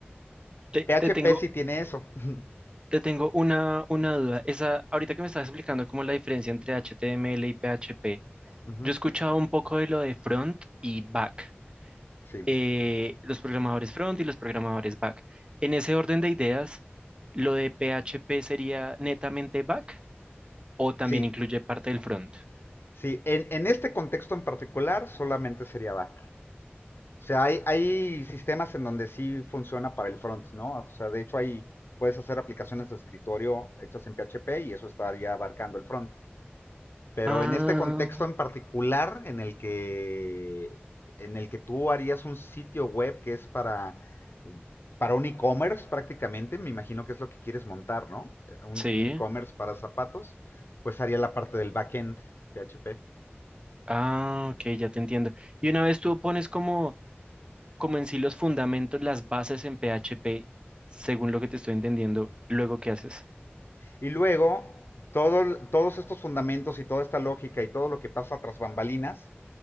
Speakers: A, on the right (about 25°); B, on the left (about 60°).
A: Te,
B: PHP
A: te tengo
B: sí tiene eso. <laughs>
A: Te tengo una, una duda. Esa, ahorita que me estás explicando cómo la diferencia entre HTML y PHP,
B: Ujú,
A: yo he escuchado un poco de lo de front y back,
B: Sí,
A: eh, los programadores front y los programadores back. En ese orden de ideas, ¿lo de PHP sería netamente back o también
B: sí,
A: incluye parte del front?
B: sí. En, en este contexto en particular solamente sería bat. O sea, hay, hay sistemas en donde sí funciona para el front, ¿no? O sea, de hecho hay, puedes hacer aplicaciones de escritorio hechas en PHP y eso estaría abarcando el front. Pero
A: Ah,
B: en este contexto en particular, en el que, en el que tú harías un sitio web que es para, para un e-commerce prácticamente, me imagino que es lo que quieres montar, ¿no? Un,
A: sí.
B: un e-commerce para zapatos, pues haría la parte del backend PHP.
A: Ah, ok, ya te entiendo. Y una vez tú pones como como en sí los fundamentos, las bases en PHP, según lo que te estoy entendiendo, luego qué haces,
B: Y luego, todo, todos estos fundamentos y toda esta lógica y todo lo que pasa tras bambalinas